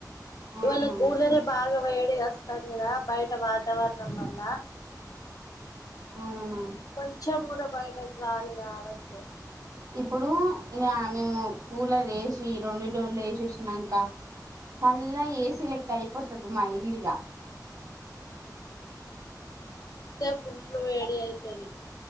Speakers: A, on the right; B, on the left.
A: ఆహా
B: ఇవాళ కూలరే బాగా వేడిగా వస్తాందిగా బయట వాతావరణం వల్ల
A: అవునా
B: కొంచెం గూడా బయట గాలి రావట్లే
A: ఇప్పుడు ఇగ మేము కూలర్ ఏసి రెండు డోర్లు ఏసేసినంక చల్ల ఎస్ ఏసీ అయిపోతది మా ఇల్లు ఇగ
B: ఫుల్లు వేడి అయితది